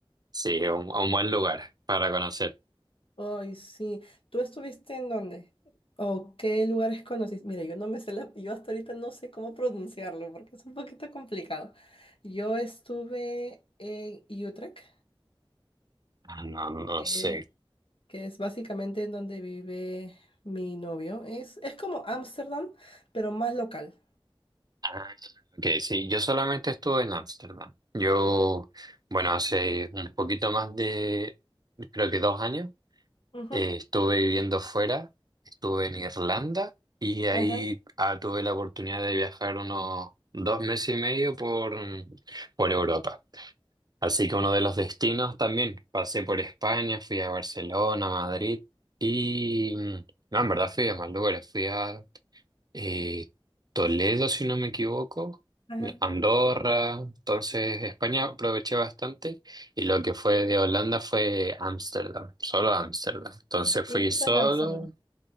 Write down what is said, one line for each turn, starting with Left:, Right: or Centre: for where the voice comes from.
Right: Sí, a un, un buen lugar para conocer.
Left: Ay, sí. ¿Tú estuviste en dónde? ¿O qué lugares conociste? Mira, yo no me sé la, yo hasta ahorita no sé cómo pronunciarlo porque es un poquito complicado. Yo estuve en Utrecht,
Right: Ah, No, no
Left: que,
Right: sé.
Left: que es básicamente en donde vive mi novio. Es, es como Ámsterdam, pero más local.
Right: Ah, ok, sí, yo solamente estuve en Ámsterdam. Yo, bueno, hace un poquito más de, creo que dos años,
Left: Ujú.
Right: eh, estuve viviendo fuera, estuve en Irlanda y ahí
Left: Ajá.
Right: ah, tuve la oportunidad de viajar unos dos meses y medio por, por Europa. Así que uno de los destinos también, pasé por España, fui a Barcelona, Madrid y... mm, No, en verdad fui a más lugares, fui a eh, Toledo, si no me equivoco,
Left: Ajá.
Right: Andorra, entonces España aproveché bastante y lo que fue de Holanda fue Ámsterdam, solo Ámsterdam. Entonces
Left: ¿Y
Right: fui
Left: qué
Right: solo.
Left: tal Ámsterdam?